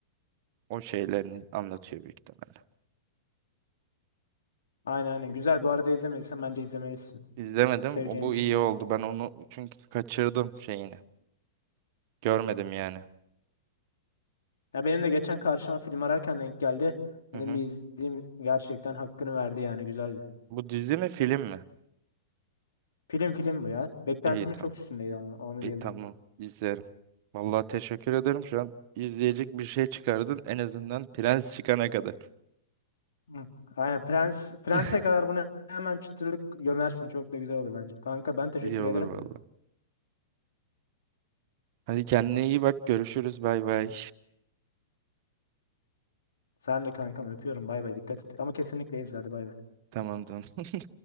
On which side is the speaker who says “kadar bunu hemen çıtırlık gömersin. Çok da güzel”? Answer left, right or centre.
Left